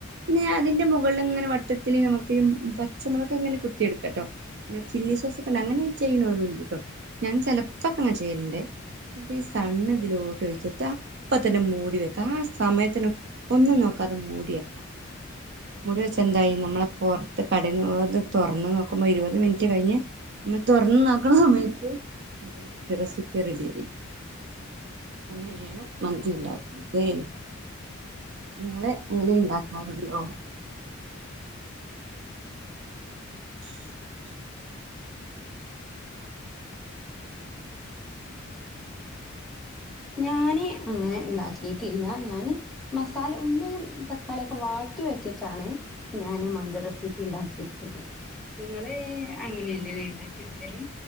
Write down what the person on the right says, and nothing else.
പിന്നെ അതിന്റെ മുകളിൽ ഇങ്ങനെ വട്ടത്തില് നമുക്ക് പച്ചമുളക്കെ ങ്ങനെ കുത്തിയെടുക്കാം ട്ടോ നമ്മടെ ചില്ലി സോസ് ഒക്കെ ഉണ്ട് അങ്ങനെ ചെയ്യണുന്നവരുംണ്ട് ട്ടോ ഞാൻ ചിലപ്പോക്ക അങ്ങനെ ചെയ്യല്ണ്ട് എന്നിട്ട് ഈ സണ്ണ് ഇതിലോ ട്ട് വെിച്ചെടുത്ത് അപ്പ തന്നെ മൂടി വെക്കാം ആ സമയത്തിന് ഒന്നും നോക്കാതെ മൂടി വെക്കാം. മുടി വെച്ച എന്തായി നമ്മളെ പുറത്ത് കടന്ന്ത് തുറന്ന് നോക്കുമ്പോ ഇരുപത് മിനിറ്റ് കഴിഞ്ഞ് മ തുറന് നോക്കണ സമയത്ത് മ രസിപ് റെഡി ആയി അങ്ങനെയാണ് മന്തി ഉണ്ടാക്കുന്നത്. നിങ്ങള് അങ്ങനെ ഉണ്ടാക്കാറുണ്ടോ. <inaudible>